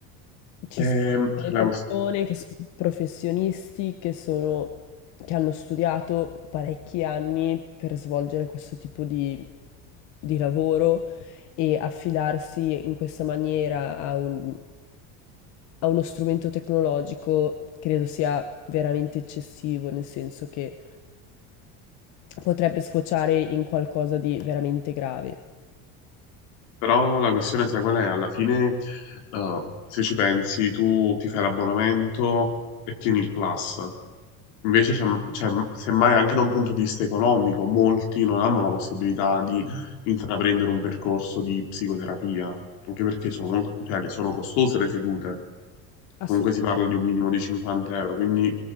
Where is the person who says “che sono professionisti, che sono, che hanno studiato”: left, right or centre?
Left